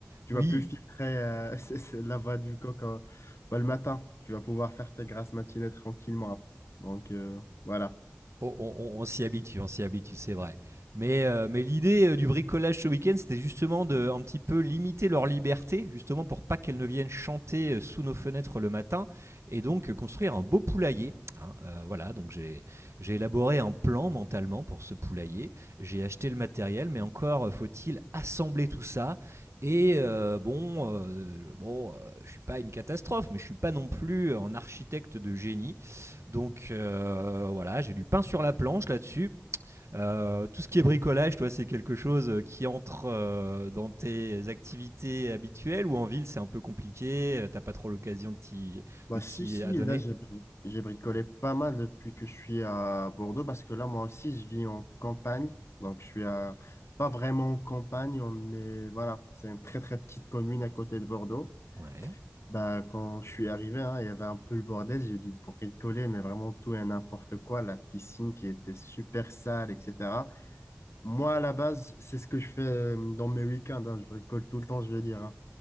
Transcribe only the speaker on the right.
Oui,
On, on- on- on s'y habitue, on s'y habitue, c'est vrai. Mais, euh, mais l'idée euh, du bricolage ce week-end, c'était justement de un petit peu limiter leur liberté, justement pour pas qu'elles ne viennent chanter euh, sous nos fenêtres le matin, et donc euh, construire un beau poulailler. hein. Euh, voilà, donc j'ai j'ai élaboré un plan mentalement pour ce poulailler. J'ai acheté le matériel, mais encore euh, faut-il assembler tout ça. Et euh, bon, euh, bon, euh, je suis pas une catastrophe, mais je suis pas non plus un architecte de génie. Donc euh, voilà, j'ai du pain sur la planche là-dessus. Euh, tout ce qui est bricolage, toi, c'est quelque chose qui entre euh, dans tes activités habituelles ou en ville, c'est un peu compliqué, euh, t'as pas trop l'occasion de t'y
de t'y
adonner
Ouais.